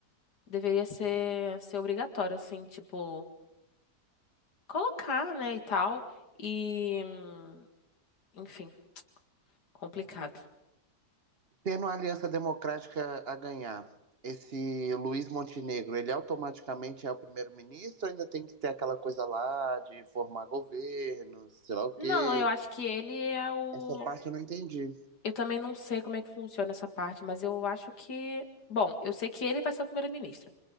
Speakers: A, on the left (about 75°); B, on the right (about 45°).
A: deveria ser, ser obrigatório, assim, tipo, colocar, né, e tal. E, hum, enfim, complicado.
B: Tendo a Aliança Democrática a ganhar, esse Luiz Montenegro, ele automaticamente é o primeiro-ministro, ainda tem que ter aquela coisa lá de formar governo, sei lá o quê.
A: Não, eu acho que ele é o.
B: Essa parte eu não entendi.
A: Eu também não sei como é que funciona essa parte, mas eu acho que. Bom, eu sei que ele vai ser o primeiro-ministro.